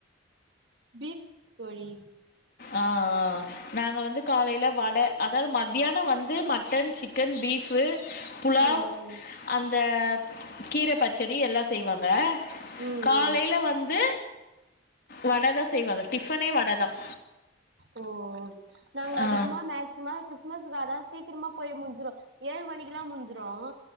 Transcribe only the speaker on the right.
பீஃப் தோழி
ம் ம்
ம்
ம்
ஓ நாங்க
அதிகமா மேக்சிமா கிறிஸ்தமஸ்க்கான சீக்கிரமாய் போய் முடிஞ்சுரும் ஏழு மணிக்கெல்லாம் முடிஞ்சிரும்